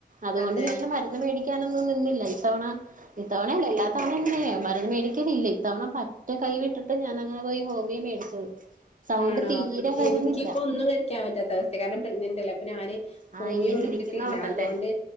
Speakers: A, on the right; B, on the left.
A: അതുകൊണ്ട്
B: അതെ
A: വേഗം മര് മേടിക്കാനൊന്നും നിന്നില്ല ഇത്തവണ ഇത്തവണയല്ല എല്ലാതവണയും പിന്നെ മരുന്ന് മേടിക്കലില്ല ഇത്തവണ പറ്റേ കൈ വിട്ടിട്ട് ഞാൻ അങ്ങനെ പോയി ഹോമിയോ മേടിച്ചത് സൗണ്ട്
B: ആണോ
A: തീരെ വരുന്നില്ല
B: എനിക്കിപ്പം ഒന്ന് ഴിക്കാൻ പറ്റാത്ത അവസ്ഥ കാരണം പ്രഗ്നന്റ് അല്ലെ അപ്പ ഞാന്
A: ആ
B: ഹോമിയോ
A: ഇങ്ങനെ
B: എടുത്തിട്ടില്ല
A: ഇരിക്കുന്നോണ്ടല്ലേ
B: അതുകൊണ്ട്